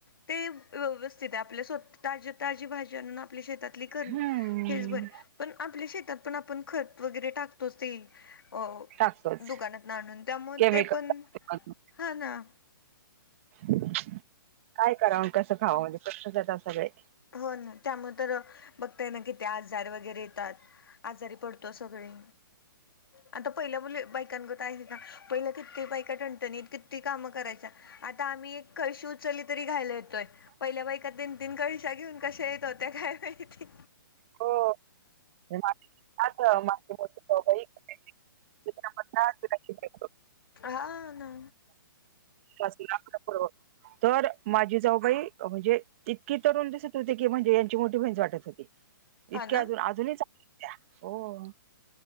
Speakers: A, on the left (about 85°); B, on the right (about 35°).
A: ते व्यवस्थित आहे आपल्या स्वतः ताजी ताजी भाज्यांना आपल्या शेतातली कण
B: हम्म
A: हेच बरे पण आपल्या शेतात पण आपण खरं वगैरे टाकतोच ते अ
B: टाकतोच
A: दुकानात आणून त्यामुळे
B: केमिकल
A: ते पण
B: टाकतो अजून
A: हा, ना.
B: काय कराव अनं कस खावं म्हणजे <unintelligible> सगळे
A: हो, ना त्यामुळे तर बघताय ना किती आजार वगैरे येतात. आजारी पडतो सगळे आता, पहिल्या मुली बायकांगत आहेत का? पहिला किती बायका ठणठणीत किती कामं करायच्या आता, आम्ही एक कळशी उचली तरी घाईला येतोय. पहिल्या बायका तीन तीन कळशा घेऊन कशा येत होत्या, काय माहिती?
B: हो. <unintelligible>
A: हा ना.
B: पास <unintelligible> तर माझी जाऊबाई म्हणजे इतकी तरुण दिसत होती की म्हणजे यांची मोठी बहिच वाटत होती.
A: हा
B: इतक्या
A: ना
B: अजून अजूनही चांगल्या <unintelligible> त्या हो.